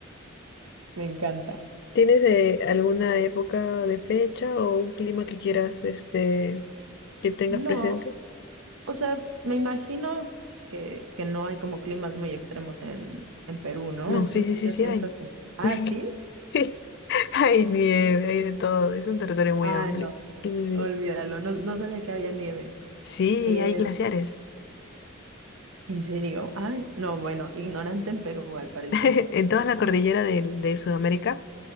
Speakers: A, on the right (about 85°); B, on the left (about 55°).
A: Me encanta.
B: ¿Tienes eh, alguna época de fecha o un clima que quieras, este, que tengas
A: No,
B: presente?
A: O sea, me imagino que, que no hay como climas muy extremos en, en Perú, ¿no?
B: No,
A: Entonces
B: sí, sí, sí,
A: yo
B: sí
A: siento
B: hay.
A: que... Ah,
B: <laughs>
A: ¿sí?
B: Sí, Hay nieve, hay de todo. Es un territorio muy
A: Ah,
B: amplio.
A: no,
B: Sí, sí,
A: olvídalo,
B: sí.
A: no, no sabía que había nieve.
B: Sí,
A: Eh,
B: hay glaciares.
A: ¿en serio? Ah, no, bueno, ignorante en Perú al parecer.
B: <laughs> En toda la cordillera del- de, Sudamérica